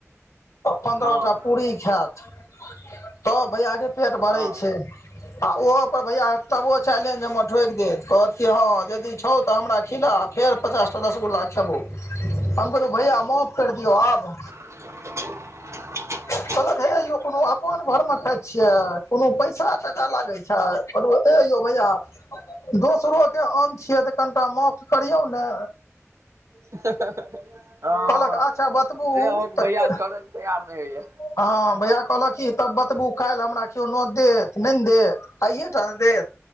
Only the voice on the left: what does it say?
पन्द्रह
टा पूरी खात तब भैये पेट भरै
छै। आ ओहो पर भैया तबो चल जे हम ठोकि दे कहत हँ यदि छौ तऽ हमरा खिला फेर पचास ट रसगुल्ला खेबौ। हम कहलू भैया माफ कर दियौ आब
कहलक हे ययौ कोनो अपन घर में खााय छियै कोनो पैसा टाका लागे छै। कहलो हे यौ भैया दोसरोके आम छियै तऽ कनिटा माफ करियौ ने।
कहलक
अच्छा बतबू
तऽ
हँ भैया कहलक क तब बतबू काल्हि हमरा केओ नोत देत नहि देत आइएटा देत